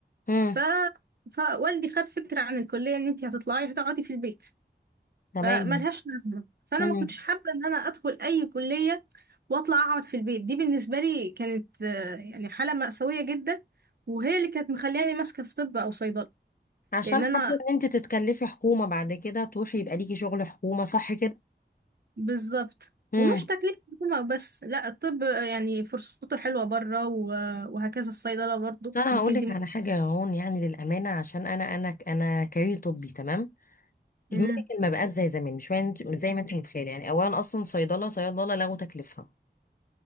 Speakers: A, on the left (about 50°); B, on the right (about 60°).
A: امم
B: ف... فوالدي خد فكرة عن الكلية إن أنت هتطلعي هتقعدي في البيت
A: تمام
B: فملهاش لازمة فأنا
A: امم
B: ما كنتش حابة إن أنا أدخل أي كلية وأطلع أقعد في البيت دي بالنسبة لي كانت آه، يعني حالة مأساوية جدا وهي اللي كانت مخلياني ماسكة في طب أو صيدلة
A: عشان
B: لأن أنا
A: حابه ان انتي تتكلفي حكومه بعد كده تروحي يبقى ليكي شغل حكومه صح
B: بالظبط
A: كده
B: ومش تكليف حكومة بس لا الطب يعني فرصته حلوة بره و... وهكذا الصيدلة برضو
A: بس انا
B: انك
A: هقول
B: انت
A: لك
B: ممكن
A: على حاجه يا هون يعني للامانه عشان انا انا انا كارير طبي تمام
B: امم
A: الميديكال ما بقاش زي زمان مش وين- مش زي ما انت متخيله يعني اولا اصلا صيدله صيدله لغوا تكليفها